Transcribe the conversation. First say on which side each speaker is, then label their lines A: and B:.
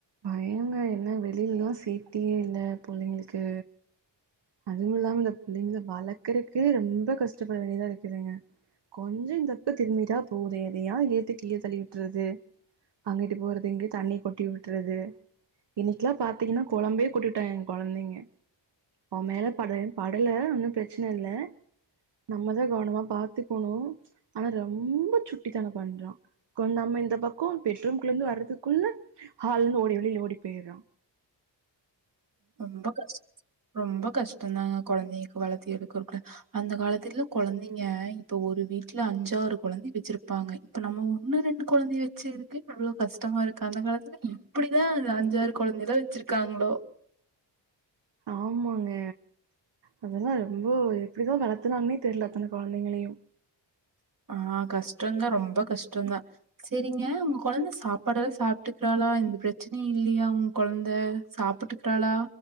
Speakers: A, on the right; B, on the right.
A: பயங்க என்ன வெளிய எல்லா சேஃப்ட்டியே இல்ல புள்ளைங்களுக்கு அதுவும் இல்லாம இந்த பிள்ளைங்கள வளக்கறக்கு ரொம்ப கஷ்டப்பட வேண்டியதா இருக்குதுங்க கொஞ்சோ இந்தப்பக்கோ திரும்பிட்டா போதோ எதையா எத்து கீழ தள்ளி விட்றது அங்கிட்டு போறது இங்க தண்ணி கொட்டி விட்றது இன்னைக்கெல்லா பாத்தீங்கன்னா கொழம்பையே கொட்டி விட்டா எங்க கொழந்தைங்க அவே மேல பட்டயே படல ஒன்னும் பிரச்சன இல்ல நம்மதா கவனமா பாத்துக்கணு ஆனா ரொம்ப சுட்டித்தானே பண்றான் கொஞ் நம்ம இந்த பக்கோ பெட்ரூம்கள்ள இருந்து வர்றதுக்குள்ள ஹால்ல இருந்த ஓடி வெளியில ஓடி போயிட்றா
B: ரொம்ப கஷ் ரொம்ப கஷ்டம்தாங்க கொழந்தைங்க வளத்திஎடுக்கர்குள்ள அந்த காலத்துலல்லா கொழந்தைங்க இப்ப ஒரு வீட்டுல அஞ்சாறு கொழந்த வெச்சிருப்பாங்க இப்ப நம்ம ஒன்னு ரெண்டு கொழந்தைய வெச்சிருக்கவே அவ்ளோ கஷ்டமா இருக்கு அந்த காலத்துல எப்டிதா இந்த அஞ்சாறு கொழந்த எல்லா வெச்சிருக்காங்களோ
A: ஆமாங்க அதெல்லா ரொம்ப எப்டிதா வளத்துனாங்கன்னே தெரியல அத்தனை கொழந்தைங்களையு
B: ஆஹ் கஷ்டோதா ரொம்ப கஷ்டோதா செரிங்க உங்க கொழந்த சாப்பாடெல்லா சாப்ட்டுக்கிறாளா எந்த பிரச்சனையு இல்லையா உங்க கொழந்த சாப்ட்டுக்கிறாளா